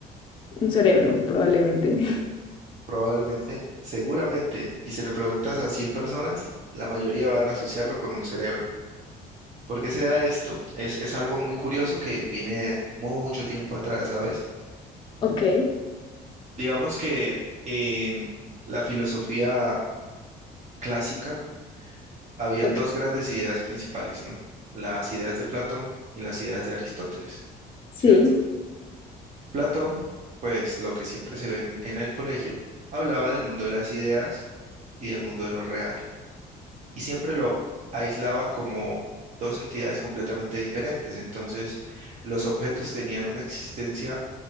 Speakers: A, on the left; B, on the right.
A: un cerebro probablemente. <laughs>
B: Probablemente, seguramente, y si le preguntas a 100 personas, la mayoría van a asociarlo con un cerebro. ¿Por qué se da esto? Es, es algo muy curioso que viene de mucho tiempo atrás, ¿sabes?
A: Ok,
B: Digamos que en la filosofía clásica habían
A: ok,
B: dos grandes ideas principales, ¿no? Las ideas de Platón y las ideas de Aristóteles,
A: sí,
B: ¿cierto? Platón, pues lo que siempre se ve en, en el colegio, hablaba del mundo de las ideas y del mundo de lo real, y siempre lo aislaba como dos entidades completamente diferentes. Entonces, los objetos tenían una existencia